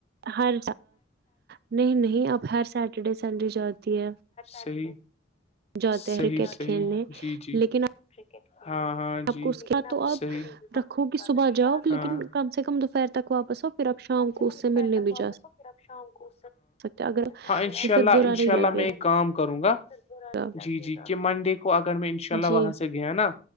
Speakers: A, on the right; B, on the left.
A: ہر نہیں نہیں اب ہر سٹرڈے سنڈے جاتی ہے
B: صی
A: جاتے ہیں
B: صیح
A: کرکٹ
B: صیح
A: کھیلنے
B: جی جی
A: لیکن
B: کرکٹ ہاں ہاں
A: آپ
B: جی
A: کو اس
B: لیک
A: کے تو
B: آپ صحیح
A: رکھو
B: نکالا
A: کہ صبح
B: جاہے
A: جاؤ لیکن
B: ہاں
A: کم سے کم دوپہر تک واپس آ پھر اپ شام
B: ک
A: کو اس سے
B: دوپہر
A: ملنے
B: تک
A: بھی
B: واپس
A: جا
B: ہو پھر آپ شام کو
A: سکتے اگر
B: ہاں انشاء
A: یہ
B: اللہ
A: پھر برا
B: انشاء
A: نہیں
B: اللہ
A: لگے
B: میں کام کروں گا
A: گا
B: جی جی کہ منڈے کو اگر میں ان شاء اللہ
A: جی
B: وہاں سے گیا نا